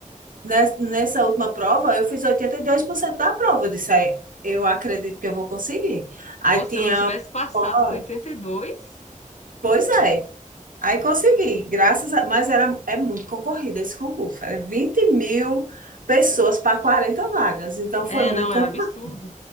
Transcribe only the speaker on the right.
nes- nessa última prova, eu fiz 82% da prova. Eu disse, "É, eu acredito que eu vou conseguir. Aí
tinha,
"Ó,
pois é. Aí consegui, graças a... Mas era, é muito concorrido esse concurso. Era vinte mil pessoas para 40 vagas. Então foi
muito
concorrido,